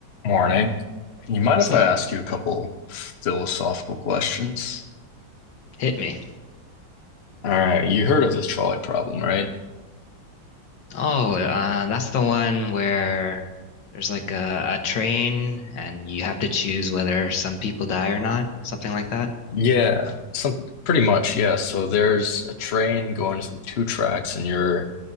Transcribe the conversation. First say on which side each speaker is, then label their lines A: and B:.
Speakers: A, on the left; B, on the left.
A: Morning. You mind
B: What's
A: if
B: up?
A: I ask you a couple philosophical questions?
B: Hit me.
A: All right, you heard of the trolley problem, right?
B: Oh, uh, that's the one where there's like a, a train and you have to choose whether some people die or not, something like that.
A: Yeah, some pretty much, yeah. So there's a train going through two tracks and you're